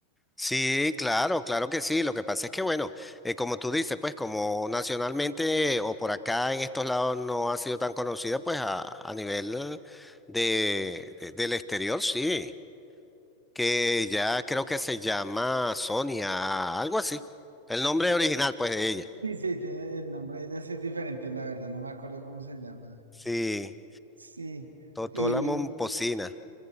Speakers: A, in the centre; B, on the right (about 75°).
A: Sí, claro, claro que sí. Lo que pasa es que, bueno, eh, como tú dices, pues como nacionalmente o por acá en estos lados no ha sido tan conocida, pues a, a nivel de, de- del exterior, sí, que ya creo que se llama Sonia, algo así. El nombre original, pues, de ella.
B: Sí, sí, tiene el nombre de ella es diferente, la verdad, no me acuerdo cómo se llama.
A: Sí,
B: Sí,
A: Totó
B: y
A: la momposina.